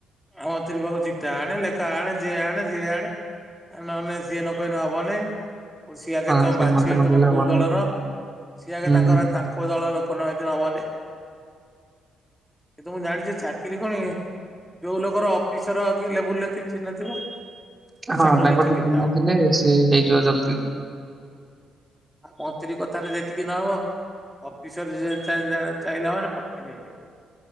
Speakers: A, in the centre; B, on the right.
A: ଓ ମନ୍ତ୍ରୀ ପାଖରୁ ଚିଠା ଆଣେ, ଲେଖା ଆଣେ ଯିଏ ଆଣେ ସିଏ ଆଣେ। ଆଉ ନନେ ସିଏ ନ କହିନେ ହବ ନାଇଁ। ଅର୍ ସିଏ ଆଗେ
B: ହଁ
A: ତୋମ
B: ସେମାନେ
A: ବାଛିବେ
B: ତ ନଗଲେ
A: ତୋମେ କୋଉ
B: ହବନି।
A: ଦଳର। ସିଏ ଆଗେ
B: ହୁଁ,
A: ତାଙ୍କର ତାଙ୍କ କୋଉ ଦଳ ଲୋକ ନ ହେଇଥିଲେ ହବନି। କିନ୍ତୁ ମୁଁ ଜାଣିଚି ଚାକିରି କଣ କି ଯୋଉ ଲୋକର ଅଫିସର୍ କିଏ ଲେବୁଲ୍ ରେ କିଏ ଚିହ୍ନା ଥିବ।
B: ହଁ
A: ସାଠୁ
B: ତାଙ୍କର
A: କିଛି
B: କିଏ
A: କିତା
B: ଚିହ୍ନା
A: ହବ।
B: ଥିଲେ ସିଏ ହେଇଯିବ ଜଲଦି।
A: ଆ, ମନ୍ତ୍ରୀ କଥାରେ ଯେତିକି ନ ହବ। ଅଫିସର୍ ଯିଏ ଚାଇଁ ଯା- ଚାହିଁଲା ମାନେ ଫଟକିନି ହେଇଯିବ।